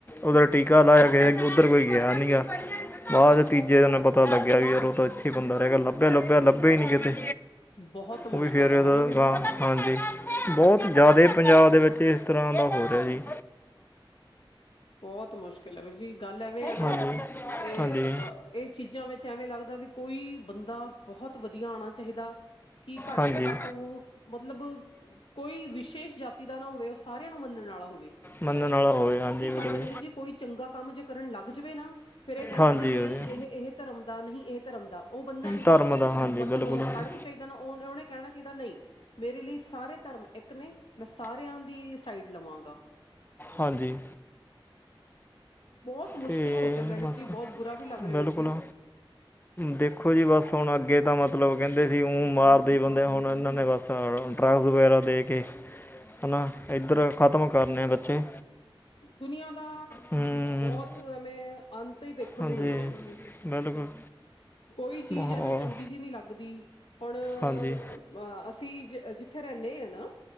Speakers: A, on the left; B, on the left.
A: ਔਧਰ ਟੀਕਾ ਲਾਇਆ ਗਏ, ਔਧਰ ਕੋਈ ਗਿਆ ਨੀਂ ਗਾ। ਆ, ਤੀਜੇ ਦਿਨ ਪਤਾ ਲੱਗਿਆ ਵੀ, ਯਾਰ, ਉਹ ਤਾਂ ਇੱਥੇ। ਬੰਦਾ ਰਹਿ ਗਿਆ ਲੱਭਿਆ-ਲੱਭਿਆ-ਲੱਭਿਆ ਹੀ ਨੀ ਕਿਤੇ।
B: ਬਹੁਤ
A: ਉਏ
B: ਮੁਸ਼ਕਿਲ
A: ਵੀ ਫੇਰ
B: ਹੈ
A: ਇਦੇ
B: ਹਨਾ ਵੀਰ
A: ਵ।
B: ਜੀ।
A: <unintelligible> ਹਾਂਜੀ, ਬਹੁਤ ਜ਼ਿਆਦਾ ਪੰਜਾਬ ਦੇ ਵਿੱਚ ਇਸ ਤਰ੍ਹਾਂ ਦਾ ਹੋ ਰਿਹਾ ਜੀ।
B: ਬਹੁਤ ਮੁਸ਼ਕਿਲ ਹੈ, ਵੀਰ ਜੀ। ਗੱਲ ਐਵੇਂ ਆ ਨਾ,
A: ਹਾਂਜੀ
B: ਇਹ,
A: ਹਾਂਜੀ
B: ਅ, ਇਹ। ਚੀਜ਼ਾਂ ਵਿੱਚ ਐਵੇਂ ਲੱਗਦਾ ਵੀ ਕੋਈ ਬੰਦਾ। ਬਹੁਤ ਵਧੀਆ ਓਨਾ ਚਾਹੀਦਾ ਕਿ ਘੱਟ
A: ਹਾਂਜੀ
B: ਤੋਂ ਘੱਟ ਉਹ। ਮਤਲਬ, ਕੋਈ ਵਿਸ਼ੇਸ਼ ਜਾਤੀ ਦਾ ਨਾ ਹੋਵੇ। ਉਹ ਸਾਰਿਆਂ ਨੂੰ ਮੰਨਣ ਵਾਲਾ ਹੋਵੇ।
A: ਮੰਨਣ ਆਲਾ ਹੋਵੇ। ਹਾਂਜੀ। ਬਿਲਕੁਲ
B: ਘਰਦੇ ਨੇ, ਵੀਰ ਜੀ। ਕੋਈ ਚੰਗਾ ਕੰਮ ਜੇ ਕਰਨ ਲੱਗ ਜਾਵੇ ਨਾ। ਫੇਰ ਇਹ ਕਹਿੰਦੇ
A: ਹਾਂਜੀ
B: ਨੇ ਨਹੀਂ
A: ਉਹਦੇ
B: ਇਹ-ਇਹ ਧਰਮ ਦਾ ਨਹੀਂ ਇਹ ਧਰਮ ਦਾ ਉਹ ਬੰਦਾ ਇੰਨਾ
A: ਧਰਮ ਦਾ ਹਾਂਜੀ
B: ਮਤਲਬ
A: ਬਿਲਕੁਲ ਹਾਂਜੀ।
B: ਕੜਕ ਚਾਹੀਦਾ ਨਾ ਉਹ ਉਹਨੇ ਕਹਿਣਾ ਚਾਹੀਦਾ ਨਹੀਂ ਮੇਰੇ ਲਈ ਸਾਰੇ ਧਰਮ ਇੱਕ ਨੇ ਮੈਂ ਸਾਰਿਆਂ ਦੀ ਸਾਈਡ ਲਵਾਂਗਾ
A: ਹਾਂਜੀ
B: ਬਹੁਤ ਮੁਸ਼ਕਿਲ
A: ਤੇ
B: ਹੋ ਚੱਲ ਰਿਹਾ ਵੀਰ
A: ਬਸ
B: ਜੀ ਬਹੁਤ ਬੁਰਾ ਵੀ ਲੱਗ ਰਿਹਾ
A: ਬਿਲਕੁਲ
B: ਵੀਰ ਜੀ
A: ਦੇਖੋ ਜੀ ਬਸ ਹੁਣ ਅੱਗੇ ਤਾਂ ਮਤਲਬ ਕਹਿੰਦੇ ਸੀ ਊ ਮਾਰਦੇ ਬੰਦੇ ਹੁਣ ਇਹਨਾਂ ਨੇ ਬਸ ਡਰੱਗਸ ਵਗੈਰਾ ਦੇ ਕੇ, ਹੈ ਨਾ ਇੱਧਰ ਖ਼ਤਮ ਕਰਨੇ ਆ ਬੱਚੇ
B: ਦੁਨੀਆਂ ਦਾ
A: ਹੂੰ
B: ਬਹੁਤ ਐਵੇਂ ਅੰਤ ਹੀ ਦੇਖਣ
A: ਹਾਂਜੀ
B: ਨੂੰ ਮਿਲ ਰਿਹਾ ਵੀਰ ਜੀ
A: ਬਿਲਕੁਲ
B: ਕੋਈ ਚੀਜ਼
A: ਮਾਹੌਲ
B: ਐਵੇਂ ਚੰਗੀ ਜਿਹੀ ਨਹੀ ਲੱਗਦੀ, ਹੁਣ
A: ਹਾਂਜੀ
B: ਅ ਅਸੀਂ ਜ ਜਿੱਥੇ ਰਹਿੰਦੇ ਹਾਂ ਨਾ